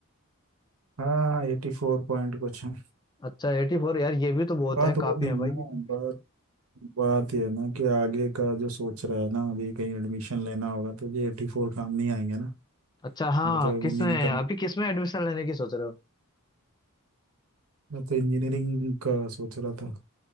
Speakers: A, on the right (about 80°); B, on the left (about 20°).
A: हाँ एटी फोर पॉइंट कुछ है
B: अच्छा एटी फोर यार ये भी तो बहुत
A: बात
B: है काफी
A: वो नहीं
B: है भाई
A: है ना
B: ये तो।
A: बात बात ये है ना कि आगे का जो सोच रहा है ना अभी कहीं एडमिशन लेना होगा तो ये एटी फोर काम नहीं आएंगे ना
B: अच्छा हाँ
A: मैं तो अब
B: किसमें
A: इंजीनियरिंग का
B: अभी किसमें एडमिशन लेने की सोच रहे हो
A: मैं तो इंजीनियरिंग का सोच रहा था